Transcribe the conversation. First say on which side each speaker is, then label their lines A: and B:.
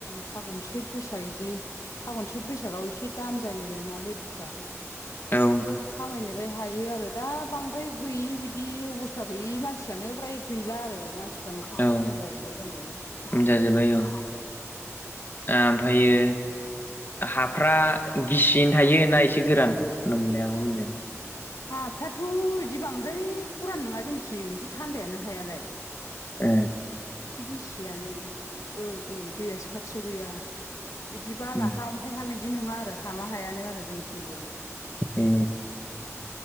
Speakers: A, on the left; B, on the left.
A: फागुन, सैत, बैसाग बिदि फागुन, सैथ, बैसागआव एसे दाम जायो नालाय -ब्रा
B: औ
A: बेफोराव खामायनोलाय हायो आरो दा बांद्राय गैयि बिदि बिदि अबस्था गैयि मानसियानो फ्राय गैला आरो मानसिफ्रा न'खरफ्रा
B: औ
A: मोजां जाजोब्बाय जानायालाय।
B: जाजोब्बाय औ ओमफ्रायो हाफ्रा गिसियैनो थायो ना एसे गोरान होनदों मोनलाय आबो मोनजों?
A: हाफ्राथ' बिदि बांद्राय खरान नङा जोंथिं एसे थान्दायानो हायालाय।
B: ऐ।
A: एसे गिसियानो ओ-ओ दैयासो खाथियाव गैया। बिदिबा
B: उम
A: लाहा अन्थाइ हा बिदि नङा आरो हामा हायानो आरो जोंथिंबो।
B: ऐ